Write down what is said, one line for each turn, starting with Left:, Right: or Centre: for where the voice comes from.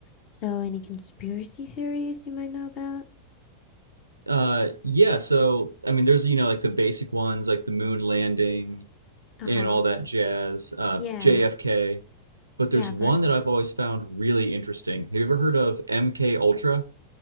Left: So, any conspiracy theories you might know about?
Right: Uh, yeah, so I mean, there's you know like the basic ones like the moon landing
Left: Uh
Right: and
Left: huh.
Right: all that jazz, uh,
Left: Yeah.
Right: JFK. But
Left: Yeah,
Right: there's
Left: I've
Right: one
Left: heard heard
Right: that
Left: them.
Right: I've always found really interesting. Have you ever heard of MK Ultra?